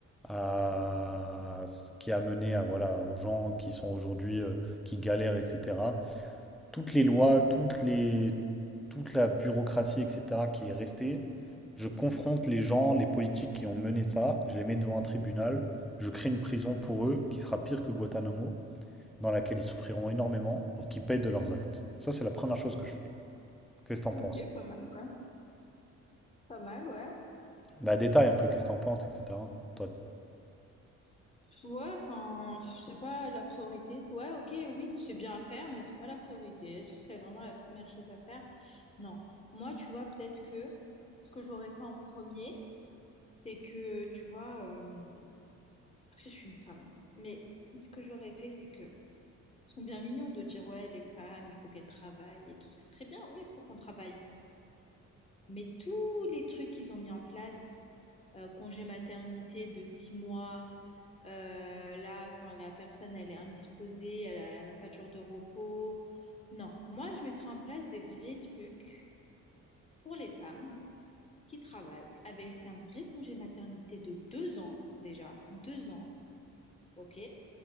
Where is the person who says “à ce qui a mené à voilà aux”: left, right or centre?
Centre